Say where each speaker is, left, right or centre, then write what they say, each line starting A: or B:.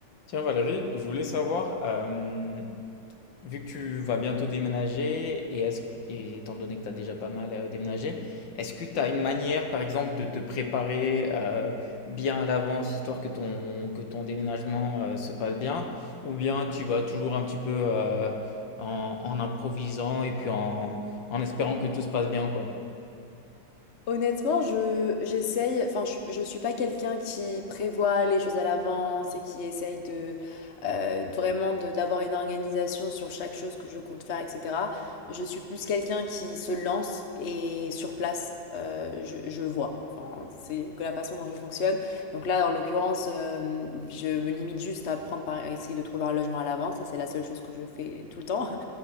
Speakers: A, on the left (about 85°); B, on the left (about 40°).
A: Tiens Valérie, je voulais savoir, euh, vu que tu vas bientôt déménager et, est-ce- et étant donné que tu as déjà pas mal euh, déménagé, est-ce que tu as une manière par exemple de te préparer euh, bien à l'avance histoire que ton, que ton déménagement euh, se passe bien ou bien tu vas toujours un petit peu euh, en, en improvisant et puis en, en espérant que tout se passe bien quoi?
B: Honnêtement, je j'essaye, enfin je, je suis pas quelqu'un qui prévoit les choses à l'avance et qui essaye de euh, vraiment de- d'avoir une organisation sur chaque chose que je compte faire, etc. Je suis plus quelqu'un qui se lance et sur place, euh, je, je vois. Enfin, c'est que la façon dont je fonctionne. Donc là, en l'occurrence, euh, je me limite juste à prendre par, à essayer de trouver un logement à l'avance. Ça, c'est la seule chose que je fais tout le temps. <laughs>